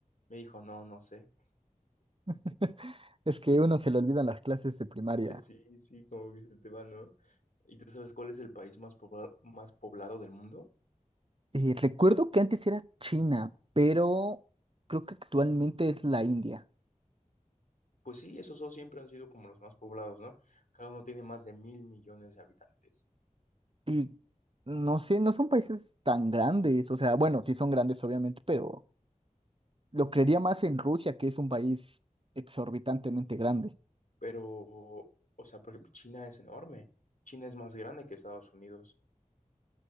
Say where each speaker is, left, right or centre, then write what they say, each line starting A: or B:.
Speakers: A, on the left; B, on the right.
A: Me dijo, no, no sé.
B: <laughs> Es que uno se le olvidan las clases de primaria.
A: Eh, Sí, sí, como que se te va, ¿no? ¿Y tú sabes cuál es el país más, pobla- más poblado del mundo?
B: Eh, recuerdo que antes era China, pero creo que actualmente es la India.
A: Pues sí, esos dos siempre han sido como los más poblados, ¿no? Cada uno tiene más de mil millones de habitantes.
B: Y no sé, no son países tan grandes. O sea, bueno, sí son grandes, obviamente, pero lo creería más en Rusia, que es un país exorbitantemente grande.
A: Pero, o sea, por ejemplo, China es enorme. China es más grande que Estados Unidos.